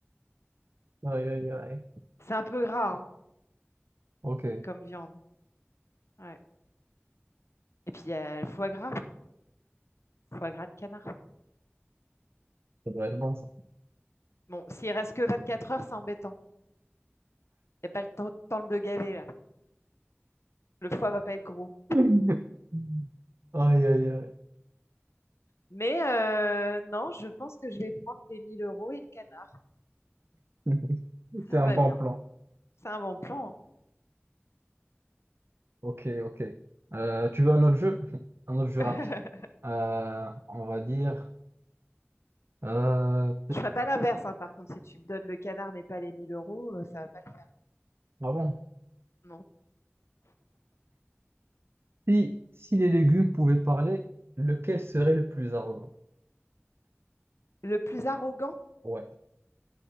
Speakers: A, on the right; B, on the left.
A: Aïe, aïe, aïe.
B: C'est un peu gras hein,
A: OK, ça
B: comme viande. Ouais. Et puis il y a le foie gras, foie gras de canard.
A: devrait être bon, ça.
B: Bon, s'il reste que 24 heures, c'est embêtant. Il n'y a pas le temps, temps de le gaver là. Le foie va pas être gros.
A: <laughs> Aïe, aïe, aïe.
B: Mais euh, non, je pense que je vais prendre les 1000 euros et le canard.
A: <laughs>
B: Ça
A: C'est un
B: me va
A: bon
B: bien.
A: plan.
B: C'est un bon plan.
A: OK, OK. Euh, tu veux un autre jeu? <laughs> Un autre jeu rapide.
B: hein. <laughs>
A: Euh, on va dire... Euh...
B: Je ferai pas l'inverse, hein, par contre. Si tu me donnes le canard mais pas les mille euros, euh, ça va pas le faire.
A: Ah bon.
B: Non.
A: Si, si les légumes pouvaient parler, lequel serait le plus arrogant?
B: Le plus arrogant?
A: Ouais.